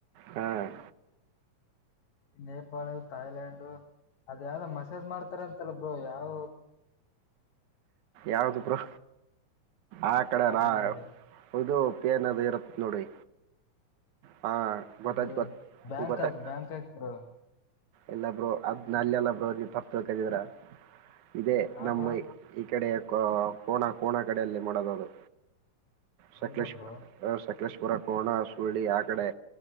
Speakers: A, on the right (about 75°); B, on the left (about 65°).
A: ಹ್ಮ್
B: ನೇಪಾಳ ತಾಯ್ಲ್ಯಾಂಡು ಅದ ಯಾರ ಮಸೇಾಜ್ ಮಾಡ್ತಾರ ಅಂತಲ್ಲ ಬ್ರೋ ಯಾವ
A: ಯಾವ್ದಬ್ರು ಆ ಕಡೆಲ್ಲಾ
B: ಅದು ಇದೆ
A: ಹೌದು ತ್ಯ ಏನದಗರನೋಡಿ ಹಾ ಗೊತ್ತಾಯ
B: ಅದು
A: ಗೊ
B: ಬ್ಯಾಂಕಾಕ್
A: ಗೊತ್ತಾಯ
B: ಬ್ಯಾಂಕಾಕ್ ಬ್ರೋ
A: ಎಲ್ಲ ಬರು ಅದ್ ನಲ್ಲಿೆಲ್ಲ ಬ ನೀ ತಪ್ಪಳ್ಿದ್ರ ಇದೇ
B: ಹಾ
A: ನಮ್ಮ
B: ಬ್ರೋ
A: ಕಡೆ ಕೋಣ ಕೋಣ ಕಡೆಯಲ್ಲಿ ಮಾಡೋದ ಅದು ಸಲೇಶುರ
B: ಹೌದಾ ಬ್ರೋ
A: ಅೇಶ್ವುರ ಕೋಣ ಸುಳ್ಳಿ ಆ ಕಡೆ